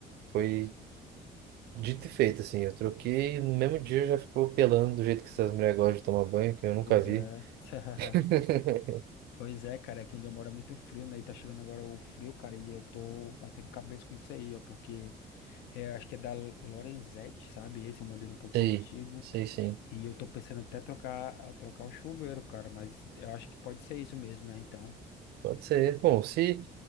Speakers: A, on the right; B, on the left.
A: foi. Dito e feito, assim, eu troquei e no mesmo dia já ficou pelando do jeito que essas mulheres gostam de tomar banho, que eu nunca
B: pois
A: vi.
B: é. <laughs>
A: <laughs>
B: Pois é, cara, aqui onde eu moro é muito frio, né? E tá chegando agora o frio, cara, e eu tô batendo cabeça com isso aí, ó, porque é, acho que é da Lorenzetti, sabe? Esse é um modelo um pouquinho
A: Sei,
B: antigo,
A: sei sim.
B: e eu tô pensando até trocar, trocar o chuveiro, cara, mas eu acho que pode ser isso mesmo, né? Então,
A: Pode ser. Bom, se,